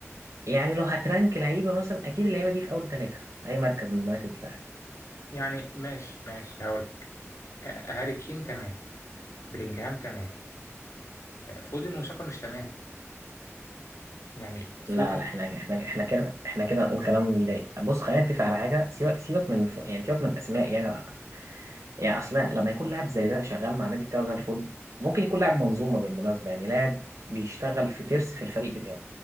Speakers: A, on the right; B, on the left.
A: يعني لو هترانك لعيبة مثلا أكيد اللعيبة دي في أول ثلاثة في أي مركز من المراكز بتاعتك
B: يعني ماشي ماشي هقول آه، هاري كين تمام بلينجهام تمام آه، فودن وشاكا مش تمام يعني
A: لا
B: فودن
A: لا احنا احنا احنا كده احنا كده نقول كلام يضايق بص خلينا نتفق على حاجة سيبك سيبك من الف... يعني سيبك من الأسماء يعني يعني اصل لما يكون لاعب زي ده شغال مع النادي بتاعه زي الفل ممكن يكون لاعب منظومه بالمناسبه يعني لاعب بيشتغل في ترس في الفريق بتاعه